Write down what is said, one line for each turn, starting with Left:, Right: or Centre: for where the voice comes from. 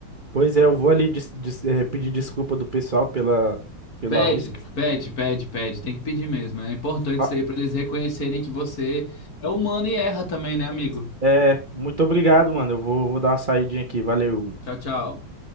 Right: Pois é, eu vou ali des- des- eh, pedir desculpa do pessoal pela, pelo
Left: Pede,
Right: arroz. Que...
Left: pede,
Right: Uhum.
Left: pede, pede. Tem que pedir mesmo. É importante
Right: Ah,
Left: isso aí pra eles reconhecerem que você é humano e erra também, né, amigo?
Right: É, muito obrigado, mano. Eu vou, vou dar uma saidinha aqui. Valeu.
Left: Tchau, tchau.